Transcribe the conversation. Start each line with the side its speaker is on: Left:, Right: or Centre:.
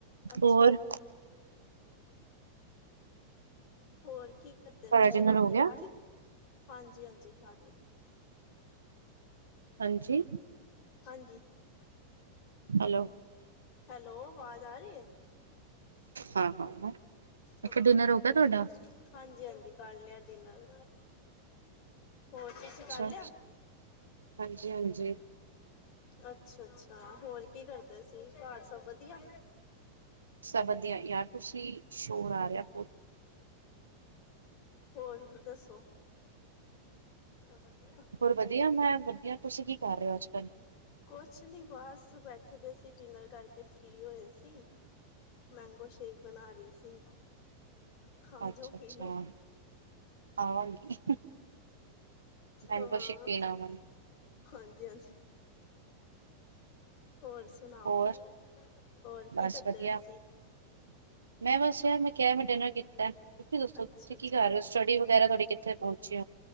Left: ਅੱਛਾ
Right: ਹੋਰ
Left: ਹੋਰ ਕੀ ਕਰਦੇ
Right: ਤੁਹਾਡਾ
Left: ਪੈ ਸੀ,
Right: ਡਿਨਰ
Left: ਰੋਟੀ
Right: ਹੋ ਗਿਆ
Left: ਖਾ ਲਈ? ਹਾਂਜੀ-ਹਾਂਜੀ ਖਾ ਲਈ।
Right: ਹਨ ਜੀ।
Left: ਹਨ ਜੀ।
Right: ਹੈਲੋ।
Left: ਹੈਲੋ, ਆਵਾਜ਼ ਆ ਰਹੀ ਹੈ।
Right: ਹਾਂ ਹਾਂ। ਮੈਂ
Left: ਹਾਂ
Right: ਕਿਆ ਡਿਨਰ ਹੋ ਗਿਆ ਤੁਹਾਡਾ?
Left: ਹਾਂਜੀ ਹਾਂਜੀ ਕਰ ਲਿਆ ਡਿਨਰ। ਹੋਰ ਤੁਸੀ ਕਰ
Right: ਅੱਛਾ
Left: ਲਿਆ?
Right: ਹਾਂਜੀ ਹਾਂਜੀ
Left: ਅੱਛਾ ਅੱਛਾ। ਹੋਰ ਕੀ ਕਰਦੇ ਸੀ ਘਾਰ ਸਭ ਵਧੀਆ?
Right: ਸਭ ਦੀਆਂ ਯਾਰ ਤੁਸੀਂ, ਸ਼ੋਰ ਆ ਰਿਹਾ ਬੁ
Left: ਹੋਰ ਵੀ ਦੱਸੋ? ਸਭ ਵਧੀਆ।
Right: ਹੋਰ ਵਧੀਆ। ਮੈਂ ਵਧੀਆ। ਤੁਸੀਂ ਕੀ ਕਰ ਰਿਹ ਓ, ਅੱਜ-ਕੱਲ੍ਹ।
Left: ਕੁਛ ਨੀ ਬਸ ਬੈਠੇ ਦੇ ਸੀ। ਡਿਨਰ ਕਰਕੇ ਫ੍ਰੀ ਹੋਏ ਗੇ ਸੀ। ਮੈਂਗੋ ਸ਼ੇਕ ਬਣਾ ਰਹੀ ਸੀ। ਆਜੋ
Right: ਅੱਛਾ
Left: ਪੀ
Right: ਅੱਛਾ
Left: ਲੋੋ।
Right: ਆਵਾਂਗੀ ਮੈਂਗੋ
Left: ਹਾਂ।
Right: ਸ਼ੇਕ ਪੀਣ ਆਵਾਂਗੀ
Left: ਹਾਂਜੀ ਹਨ। ਹੋਰ ਸੁਣਾਓ।
Right: ਹੋਰ
Left: ਹੋਰ
Right: ਬਸ
Left: ਕੀ ਕਰਦੇ
Right: ਵਧੀਆ
Left: ਪੇਸੀਂ।
Right: ਮੈਂ ਬੱਸ ਮੈਂ ਕਿਹਾ ਮੈਂ ਡਿਨਰ ਕੀਤਾ। ਤੁਸੀਂ ਦੱਸੋ,
Left: ਅੱਛਾ
Right: ਤੁਸੀਂ
Left: ਅੱਛਾ
Right: ਕੀ ਕਰ ਰਹੇ ਓ। ਸਟੱ ਵਗੈਰਾ ਤੁਹਾਡੀ ਕਿੱਥੇ ਪਹੁੰਚੀ।